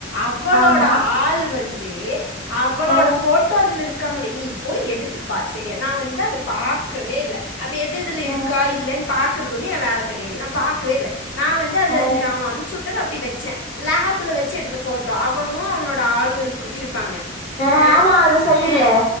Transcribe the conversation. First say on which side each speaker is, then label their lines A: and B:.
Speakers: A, on the left; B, on the left.
A: அவளோட
B: ஆமா
A: ஆளு வந்து தே அவளோட
B: அ
A: ஃபோட்டோ இதில இருக்காமுடி நீ போய் எடுத்துப்பார் செரியா நான் வந்து அத பாக்கவே இல்ல அவ எது எதுல
B: அ
A: இருக்கா இல்லன்னு பாக்கறதொன்னு என் வேல கெடையாது நா பாக்கவே இல்ல நான் வந்து அதது
B: அ
A: அவன் சுட்டது அப்படி வச்சேன் லாப்ல வச்சு எடுத்த ஃபோட்டோ அவனும் அவனோட ஆளு இருக் இருப்பாங்க
B: அ
A: அஹ
B: ஆமா அது சைடுல
A: ஆஹ